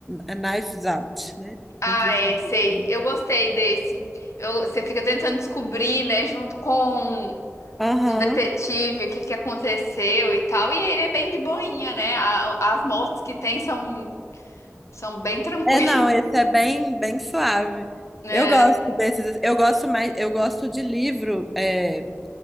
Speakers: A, in the centre; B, on the left.
A: a Knives Out, né?
B: Ah,
A: Entre facas
B: é, sei.
A: e segredos.
B: Eu gostei desse. Eu- você fica tentando descobrir, né, junto com
A: Aham.
B: com o detetive, o que que aconteceu e tal. E ele é bem de boinha, né? A- as mortes que tem são, são bem <laughs> tranquilas,
A: É, não, esse é bem, bem suave.
B: né?
A: Eu gosto desses. Eu gosto mais, eu gosto de livro é,